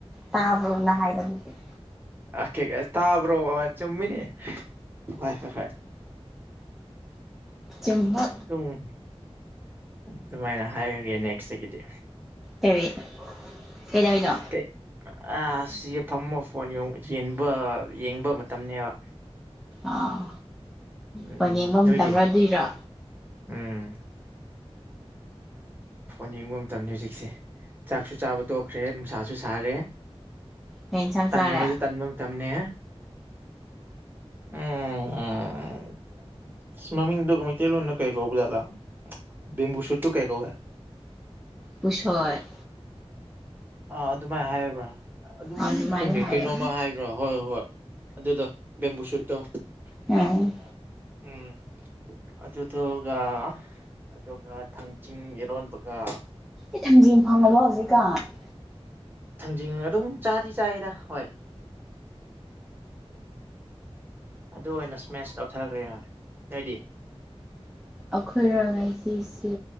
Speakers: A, in the centre; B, on the right.
A: ꯇꯥꯕ꯭ꯔꯣ ꯅꯥ ꯍꯥꯏꯌꯣ ꯗꯨꯗꯤ ꯫
B: ꯑ ꯀꯦ ꯑꯥ ꯇꯥꯕ꯭ꯔꯣ ꯑꯥ ꯆꯨꯝꯃꯤꯅꯦ꯫ ꯍꯣꯏ-ꯍꯣꯏ-ꯍꯣꯏ
A: ꯆꯨꯝꯕ
B: ꯎꯡ ꯑꯗꯨꯃꯥꯏꯅ ꯍꯥꯏꯔꯒꯦ ꯅꯦꯛꯁꯇꯒꯤꯗꯤ
A: ꯀꯔꯤ ꯀꯩꯗꯧꯔꯤꯅꯣ
B: ꯀꯩ ꯑꯥ ꯁꯤ ꯐꯝꯃ ꯐꯣꯟ ꯌꯦ ꯌꯦꯟꯕ-ꯌꯦꯡꯕ ꯃꯇꯝꯅꯦꯕ꯫
A: ꯑꯥ
B: ꯎꯝ
A: ꯐꯣꯟ ꯌꯦꯡꯕ
B: ꯅꯣꯏꯗꯤ
A: ꯃꯇꯝꯔꯥ ꯗꯨꯏꯔꯣ꯫
B: ꯎꯝ ꯐꯣꯟ ꯌꯦꯡꯕ ꯃꯇꯝꯅꯤ ꯍꯧꯖꯤꯛꯁꯦ ꯆꯥꯛꯁꯨ ꯆꯥꯕ ꯇꯣꯛꯈ꯭ꯔꯦ ꯅꯨꯡꯁꯥꯁꯨ ꯁꯥꯔꯦ꯫
A: ꯀꯩ ꯏꯟꯁꯥꯡ
B: ꯇꯟꯕꯖꯨ
A: ꯆꯥꯔꯦ
B: ꯇꯟꯕ ꯃꯇꯝꯅꯦ꯫ ꯎꯝ ꯏꯁ ꯃꯃꯤꯡ ꯗꯣ ꯃꯇꯩ ꯂꯣꯟꯅ ꯀꯩ ꯀꯧꯕ ꯖꯥꯠꯂ ꯕꯦꯝꯕꯨ ꯁꯨꯠꯇꯣ ꯀꯩ ꯀꯧꯏ ꯫
A: ꯄꯨꯁꯣꯏ ꯫
B: ꯑꯥ ꯑꯗꯨꯃꯥꯏ ꯍꯥꯏꯕ꯭ꯔꯥ ꯑꯗꯨ
A: ꯑꯗꯨꯃꯥꯏꯅ
B: ꯈꯪꯗꯦ
A: ꯍꯥꯏꯌꯦ
B: ꯀꯩꯅꯣꯝꯃ ꯍꯥꯏꯕ꯭ꯔꯥ ꯍꯣꯏ ꯍꯣꯏ ꯑꯗꯨꯗꯣ ꯕꯦꯝꯕꯨ ꯁꯨꯠꯇꯣ꯫
A: ꯎꯝ
B: ꯎꯝ ꯑꯗꯨꯗꯣꯒ ꯑꯗꯨꯒ ꯊꯥꯡꯖꯤꯡ ꯏꯔꯣꯟꯕꯒ꯫
A: ꯏꯊꯥꯡꯖꯦꯡ ꯐꯪꯉꯕꯣ ꯍꯧꯖꯤꯛꯀꯥꯟ ꯫
B: ꯊꯥꯡꯖꯤꯡ ꯑꯗꯨꯝ ꯆꯥꯗꯤ ꯆꯥꯏꯗ ꯍꯣꯏ꯫ ꯑꯗꯨ ꯑꯣꯏꯅ ꯁ꯭ꯃꯦꯁ ꯇꯧꯊꯈ꯭ꯔꯦ ꯅꯣꯏꯗꯤ꯫
A: ꯑꯩꯈꯣꯏꯔ ꯉꯥꯏꯁꯤꯁꯦ